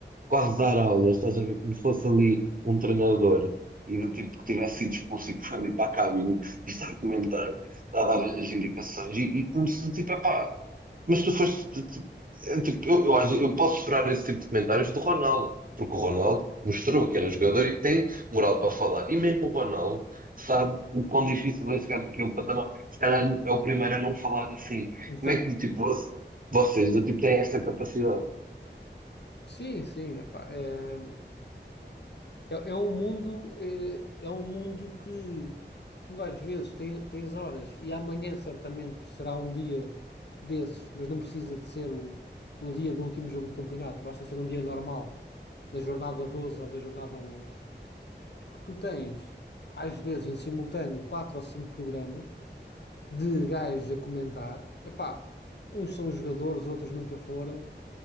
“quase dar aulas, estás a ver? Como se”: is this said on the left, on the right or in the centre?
Right